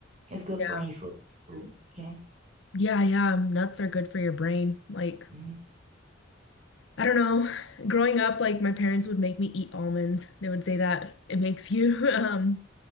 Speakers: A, on the right (about 40°); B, on the left (about 65°).
A: It's good
B: Yeah.
A: brain food, you know?
B: Yeah, yeah, nuts are good for your brain. Like,
A: hmm
B: I don't know. Growing up, like my parents would make me eat almonds. They would say that it makes you <laughs> um